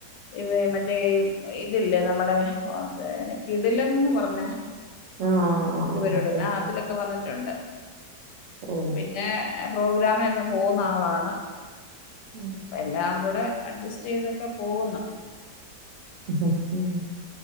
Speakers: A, on the left; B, on the right.
A: ഇവ മറ്റേ ഇതില്ലേ നമ്മുടെ <unintelligible> കിടിലംന്ന് പറഞ്ഞ
B: ആഹ്.
A: ഒരു പരിപാടില്ലെ,
B: ഓക്കെ ഓക്കെ
A: ആഹ് അതിലൊക്കെ
B: മനസ്സിലായി
A: വന്നിട്ടുണ്ട്
B: ഓഹ്
A: പിന്നെ പ്രോഗ്രാമിനൊക്കെ പോകുന്ന ആളാണ്.
B: ഉം
A: അപ്പ എല്ലാം കൂടെ അഡ്ജസ്റ്റ് ചെയ്തൊക്കെ പോകുന്നു.
B: ഹ്ം ഹ്ം